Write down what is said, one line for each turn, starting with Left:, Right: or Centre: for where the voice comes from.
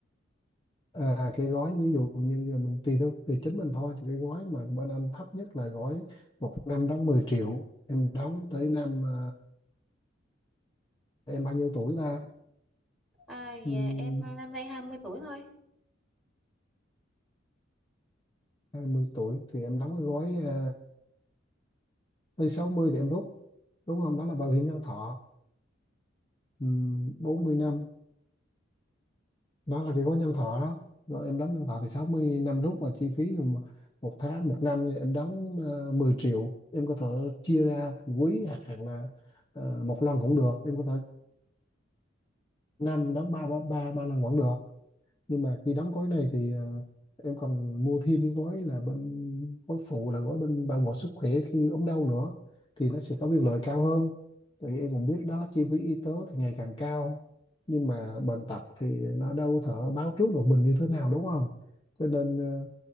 Left: à cái gói ví dụ như giờ mình tùy theo tùy chính mình thôi thì cái gói mà bên anh thấp nhất là gói một năm đóng mười triệu em đóng tới năm à, em bao nhiêu tuổi ta
Centre: à dạ
Left: um,
Centre: em ờ, năm nay 20 tuổi thôi
Left: hai mươi tuổi thì em đóng cái gói à, tới 60 thì em rút đúng không đó là bảo hiểm nhân thọ um, bốn mươi năm đó là cái gói nhân thọ đó rồi em đóng nhân thọ thì 60 năm rút mà chi phí thì một một tháng một năm thì em đóng ờ, 10 triệu em có thể chia ra thành quý hoặc là ờ, một lần cũng được em có thể năm đóng ba ba ba ba lần vẫn được nhưng mà khi đóng gói này thì ờ, em còn mua thêm cái gói là bên gói phụ là gói bên bảo hộ sức khỏe khi ốm đau nữa thì nó sẽ có biên lợi cao hơn tại vì em cũng biết đó chi phí y tế thì ngày càng cao nhưng mà bệnh tật thì nó đâu thể báo trước được mình như thế nào đúng không cho nên ờ,